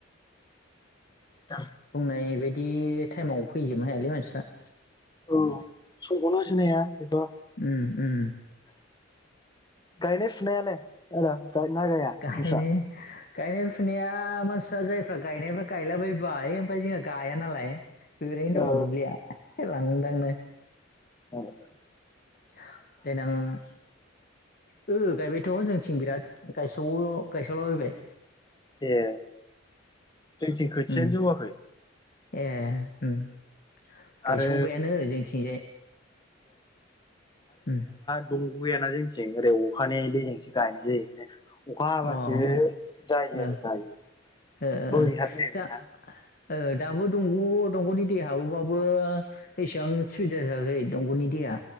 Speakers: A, on the left; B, on the left.
A: <unintelligible>
B: बुंनाय बायदि टाइमाव फैजोबनो हायालै मानसिफ्रा।
A: औ समखौनो होसोनो हाया एबा
B: उम उम
A: गायनाय फुनायालाय आदा? गायोना गाया
B: गाहायनाय
A: नोंस्रा?
B: गायनाय फुनाया मानसिफ्रा जायफ्रा गायनायफ्रा गायलाबायबाय ओमफ्राय जोंहा गाया नालाय ओरैनो
A: औ
B: दङ दुब्लिया लांदांनो।
A: औ जागोन।
B: देनां ओह गायबायथ' जोंथिं बिराद गायसावो गायस'लाबायबाय।
A: ए जोंनिथिं खोथियानो
B: उम
A: जौवाखै।
B: ए ओम। गायसावबायानो
A: आरो
B: जोंथिंजाय‌ ओम।
A: दंगबो गैयाना जोंथिं ओरै अखानि दैजोंसो गायनाय जायो ओंखायनो अखा हाबासो
B: अ ओ
A: जायो
B: ओ
A: आरो जायो
B: ओ
A: बोरि
B: ओ
A: हा जायिबाय
B: दा
A: ना।
B: ओ दाबो दंग' दंग'नि दै हाबोबाबो एसेबां सुबिदा <unintelligible> दंग'नि दैेया।